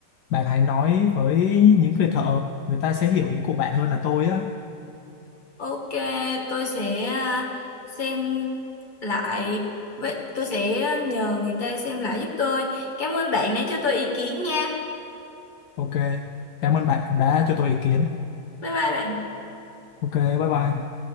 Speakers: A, on the left (about 75°); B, on the left (about 25°).
A: bạn hãy nói với những người thợ, người ta sẽ hiểu ý của bạn hơn là tôi á.
B: ok tôi sẽ à, xem lại với tôi sẽ ờ, nhờ người ta xem lại giúp tôi cảm ơn bạn đã cho tôi ý kiến nha
A: Ok, cảm ơn bạn cũng đã cho tôi ý kiến.
B: bye bye bạn
A: Ok, bye bye.